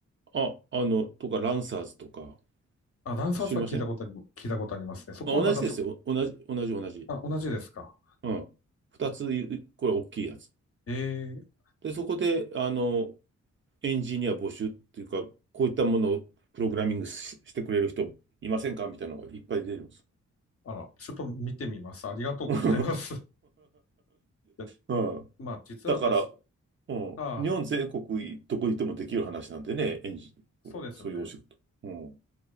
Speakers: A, on the right; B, on the left.
A: あ、あの、とか、ランサーズとか、
B: あ、ランサーズは聞いたことあり、
A: 知りません
B: 聞いたことありますね。そこはまだと、
A: まあ、同じですよ。同じ、同じ、同じ。
B: あ、同じですか。
A: うん。二つ、これ大きいやつ。
B: ええ
A: で、そこで、あの、エンジニア募集っていうか、こういったものをプログラミングし、してくれる人いませんかみたいなのがいっぱい出てるんです。
B: あら、ちょっと見てみます。ありがとうございます。
A: <laughs>
B: <laughs> いや
A: うん、
B: まあ、実は私、
A: だから、うん、
B: ああ、
A: 日本全国どこにいてもできる話なんでね、エンジン、
B: そうですね。
A: そういうお仕事。うん、